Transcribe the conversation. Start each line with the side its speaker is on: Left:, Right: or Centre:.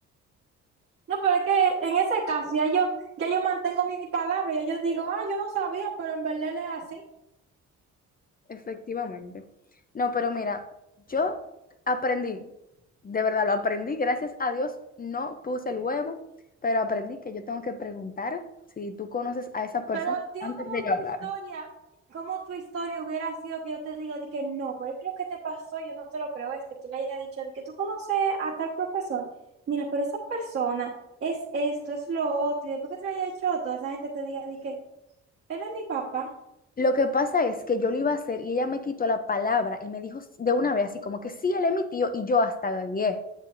Right: No, pero es que en ese caso ya yo, ya yo mantengo mi palabra, ya yo digo, ah, yo no sabía, pero en verdad él es así.
Left: Efectivamente. No, pero mira, yo aprendí, de verdad lo aprendí, gracias a Dios no puse el huevo, pero aprendí que yo tengo que preguntar si tú conoces a esa persona
Right: Pero digo
Left: antes
Right: como
Left: de yo
Right: tu
Left: hablar.
Right: historia, como tu historia hubiera sido que yo te digo, di que no, pero es que lo que te pasó, yo no te lo creo, es que tú le hayas dicho, di que tú conoces a tal profesor, mira, pero esa persona es esto, es lo otro, y después que te lo haya dicho todo, esa gente te diga, di que él es mi papá.
Left: Lo que pasa es que yo lo iba a hacer y ella me quitó la palabra y me dijo de una vez así como que sí, él es mi tío y yo hasta gagué,